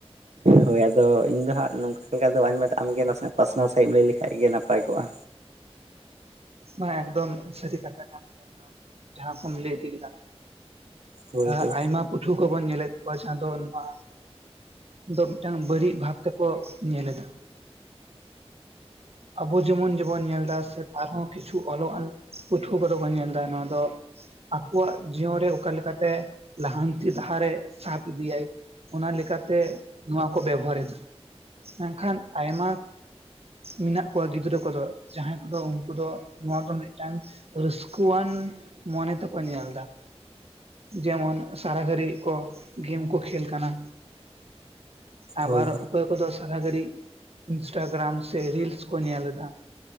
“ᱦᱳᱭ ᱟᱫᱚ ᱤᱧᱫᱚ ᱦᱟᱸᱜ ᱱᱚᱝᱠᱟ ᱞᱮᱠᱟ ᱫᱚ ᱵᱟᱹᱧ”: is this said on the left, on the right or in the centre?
Right